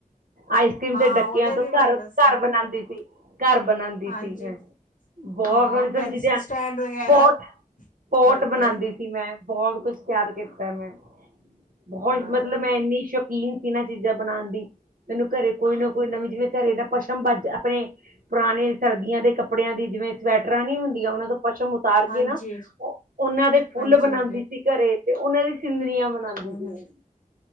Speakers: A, on the right; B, on the left.
A: ਆਈਸਕ੍ਰੀਮ
B: ਹਾਂ
A: ਦੇ ਡੱਕਿਆਂ
B: ਉਹਦੇ
A: ਤੋਂ
B: ਵੀ ਬਣਦਾ
A: ਘਰ, ਘਰ
B: ਸੀ
A: ਬਣਾਂਦੀ ਸੀ, ਘਰ ਬਣਾਂਦੀ
B: ਹਾਂਜੀ
A: ਸੀ, ਮੈਂ। ਬਹੁਤ
B: ਹਾਂ
A: ਸੋਹਣੀ-ਸੋਹਣੀ
B: ਪੈਨਸਿਲ
A: ਚੀਜ਼ਾਂ,
B: ਸਟੈਂਡ ਵਗੈਰਾ
A: ਪੌਟ, ਪੌਟ
B: ਬਣਦੇ
A: ਬਣਾਂਦੀ
B: ਹੈ
A: ਸੀ ਮੈਂ, ਬਹੁਤ ਕੁਛ ਤਿਆਰ ਕੀਤਾ ਮੈਂ, ਬਹੁਤ
B: ਹਾਂ
A: ਮਤਲਬ ਮੈਂ ਇੰਨੀ ਸ਼ ਕੀਨ ਸੀ ਨਾ ਚੀਜ਼ਾਂ ਬਣਾਣ ਦੀ, ਮੈਨੂੰ ਘਰੇ ਕੋਈ ਨਾ ਕੋਈ ਨਵੀਂ ਜਿਵੇਂ ਘਰੇ ਨਾ ਪਸ਼ਮ ਬਚ, ਆਪਣੇ ਪੁਰਾਣੇ ਸਰਦੀਆਂ ਦੇ ਕੱਪੜਿਆਂ ਦੀ ਜਿਵੇਂ ਸਵੈਟਰਾਂ ਨੀ ਹੁੰਦੀਆਂ, ਉਹਨਾਂ ਤੋਂ ਪਸ਼ਮ ਉਤਾਰ
B: ਹਾਂਜੀ
A: ਕੇ ਨਾ, ਉਹ, ਉਹਨਾਂ ਦੇ ਫੁੱਲ
B: ਹਾਂਜੀ
A: ਬਣਾਂ
B: ਹਾਂਜੀ
A: ਘਰੇ, ਤੇ ਉਹਨਾਂ ਦੀ ਸਿਨਰੀਆ ਬਣਾਉਂਦੀ
B: ਹੂੰ
A: ਸੀ,
B: ਹੂੰ
A: ਮੈਂ।